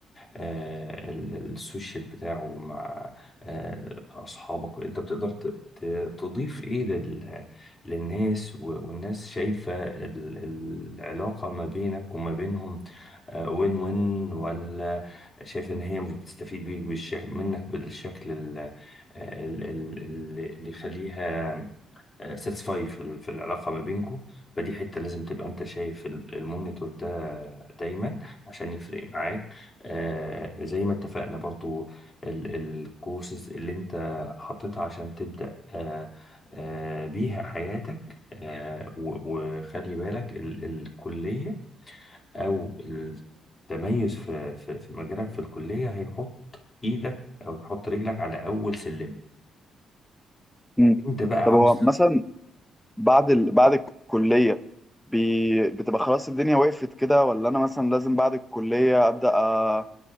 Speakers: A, on the left; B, in the centre.
A: آه، ال- السوشيال بتاعه مع آه، أصحابك أنت بتقدر ت- ت- تضيف إيه لل- للناس و- والناس شايفة ال- العلاقة ما بينك وما بينهم وين وين ولا شايف ان هي مش بتستفيد بيك بالشكل منك بالشكل ال- ال- ال- ال- اللي يخليها ساتسفاي في ال- في العلاقه ما بينكم فدي حته لازم تبقى انت شايف ال- المونيتور ده دايما عشان يفرق معاك آه، زي ما اتفقنا برضو الكورسز اللي انت حطيتها عشان تبدا آه، آه، بيها حياتك آه، و- وخلي بالك ال- الكليه او التميز في في في مجالك في الكليه هيحط ايدك او يحط رجلك على اول سلم
B: مم.
A: انت بقى
B: طب
A: عاوز
B: هو
A: تطلع
B: مثلا بعد ال... بعد الكليه بي... بتبقى خلاص الدنيا وقفت كده ولا انا مثلا لازم بعد الكليه ابدا أ...